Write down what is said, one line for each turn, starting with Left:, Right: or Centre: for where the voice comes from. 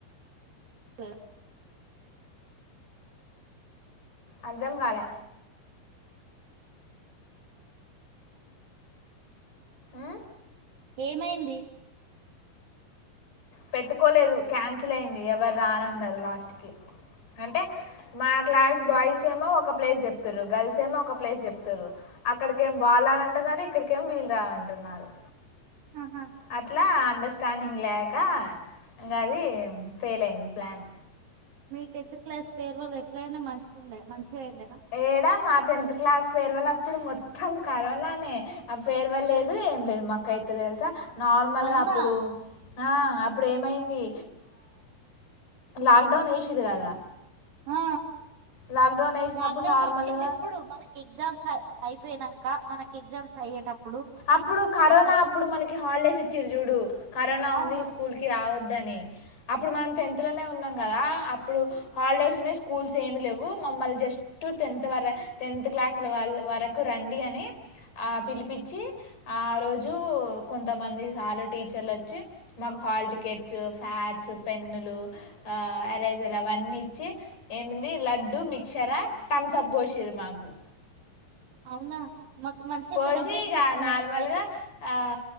Right: స
Left: అర్ధం కాలే ఆ
Right: ఏమైంది
Left: పెట్టుకోలేదు క్యాన్సిల్ అయింది ఎవరు రాను అన్నారు లాస్ట్ కి అంటే మా క్లాస్ బాయ్స్ ఏమో ఒక ప్లేస్ చెప్తురూ గర్ల్స్ ఏమో ఒక ప్లేస్ చెప్తుారు అక్కడిక ఏం వాళ్ళు రాను అంటారు సారి ఇక్కడికేం వీలు రానంటునాడు
Right: ఆహా
Left: అట్లా అంద స్టానింగ్ లేక ఇంకా అది ఫెయిల్ అయింది ప్లాన్
Right: మీ టెన్త్ క్లాస్ ఫైర్వాల్ ఎట్లా అంటే మంచిగా ఉండేయి మంచిగా అయిందిన
Left: ఏడా మా టెన్త్ క్లాస్ ఫైర్వాల్ అప్పుడు మొత్తం కరోనానే ఫైర్వాల్ లేదు ఏం లేదు మాకైతే తెలుసా నార్మల్గా
Right: అవునా
Left: అప్పుడు ఆ అప్పుడు ఏమైంది లాక్డౌన్ వేసిరూ కదా
Right: ఆ
Left: లాక్డౌన్ వేసినప్పుడు
Right: లాక్డౌన్
Left: నార్మల్గా
Right: వచ్చింది ఎప్పుడు మనకి ఎగ్జామ్స్ అయిపోయినాక మనకి ఎగ్జామ్స్ అయ్యేటప్పుడు
Left: అప్పుడు కరోనా
Right: అంత
Left: అప్పుడు మనకి హాలిడేస్ ఇచ్చిరు చూడు కరోనా
Right: అవును
Left: ఉంది స్కూల్ కి రావద్దు ని అప్పుడు మనం టెన్త్ లోనే ఉన్నాం కదా అప్పుడు హాలిడేస్ స్కూల్స్ ఏమి లేవు మమ్మల్ని జస్ట్ టెన్త్ వర టెన్త్ క్లాస్ల వరకు రండి అని ఆ పిలిపించి ఆ రోజు కొంతమంది సార్ టీచర్లు వచ్చి మాకు హాల్ టికెట్స్ ఫ పెన్నులు ఎఅసేర్లు అవన్నీ ఇచ్చి ఏముంది లడ్డు మిక్చర్ తామ్సప్ పొసిరు మాకు
Right: అవునా మాకు మంచిగా
Left: పోసి
Right: సెలబ్రేట్
Left: ఇగా
Right: చేసుకున్నాం
Left: నార్మల్గా
Right: మేమైతే
Left: ఆ